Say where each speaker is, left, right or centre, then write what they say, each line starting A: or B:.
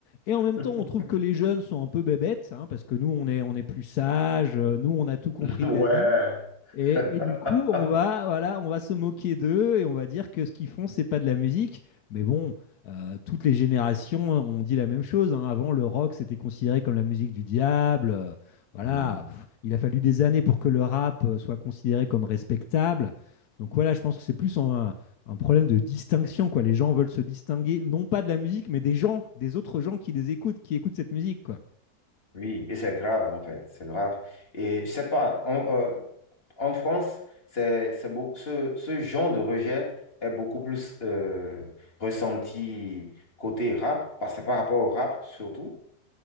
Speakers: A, on the left (about 80°); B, on the left (about 40°).
A: Et en même
B: <laughs>
A: temps, on trouve que les jeunes sont un peu bébêtes, hein, parce que nous, on est, on est plus sages, euh, nous, on a tout compris
B: Ouais.
A: de la vie. Et,
B: <laughs>
A: et du coup, on va, voilà, on va se moquer d'eux et on va dire que ce qu'ils font, c'est pas de la musique. Mais bon, euh, toutes les générations ont dit la même chose. hein. Avant, le rock, c'était considéré comme la musique du diable. Euh, voilà,
B: Oui.
A: Pff, il a fallu des années pour que le rap euh, soit considéré comme respectable. Donc voilà, je pense que c'est plus un, un problème de distinction, quoi. Les gens veulent se distinguer, non pas de la musique, mais des gens, des autres gens qui les écoutent, qui écoutent cette musique, quoi.
B: Oui, et c'est grave en fait, c'est grave. Et je sais pas, en, euh, en France, c'est, c'est beau- ce, ce genre de rejet est beaucoup plus euh, ressenti côté rap, parce que par rapport au rap surtout.